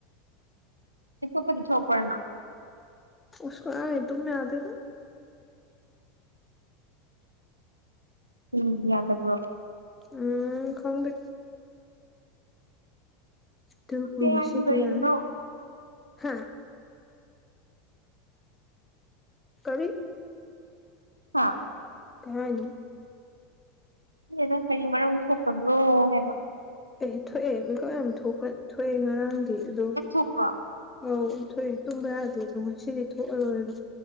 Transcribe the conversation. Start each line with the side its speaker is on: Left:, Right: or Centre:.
Right: ꯁꯨꯄꯗꯤ ꯊꯣꯛꯣꯛꯄꯅ
Left: ꯎꯀꯣꯦ ꯇꯨꯝ ꯑꯗ
Right: ꯎꯝ ꯌꯥꯗꯕꯔꯣ
Left: ꯎꯝ ꯈꯪꯗ ꯇꯨꯕꯨ
Right: ꯈꯪꯗꯦ
Left: ꯃꯁꯤꯗꯤꯌꯥ
Right: ꯍꯥꯏꯅꯤ ꯀꯔꯤꯒꯤꯅꯣ
Left: ꯍꯥ ꯀꯔꯤ
Right: ꯍꯥ
Left: ꯀꯍꯅꯤ
Right: ꯁꯤꯁꯤꯅ ꯀꯔꯤ ꯃꯔꯝ ꯊꯣꯛꯇꯕ꯭ꯔꯣ ꯍꯥꯏꯕ
Left: ꯑꯦꯍ ꯊꯣꯛꯑꯦ ꯃꯤꯀꯨꯞ ꯌꯥꯝ ꯊꯣꯛꯑꯦ ꯉꯔꯥꯡꯗꯤ ꯑꯗꯣ
Right: ꯌꯥꯝ ꯊꯣꯛꯄ꯭ꯔꯣ
Left: ꯑꯧ ꯊꯣꯛꯑꯦ ꯇꯨꯝꯕ ꯌꯥꯗꯦ ꯑꯗꯣ ꯉꯁꯤꯗꯤ ꯊꯣꯛꯑꯔꯣꯏꯕ